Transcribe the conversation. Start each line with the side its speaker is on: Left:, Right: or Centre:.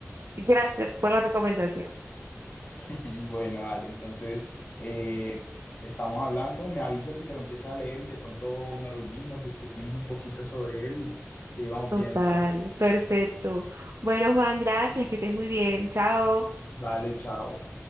Right: Gracias por la recomendación.
Left: <laughs> bueno, Ale, entonces eh, estamos hablando, me avisas si te lo empiezas a leer y de pronto nos reunimos, discutimos un poquito sobre él y, y ahí vamos
Right: Total,
Left: viendo, dale.
Right: perfecto. Bueno, Juan, gracias, que estés muy bien. Chao.
Left: Vale, chao.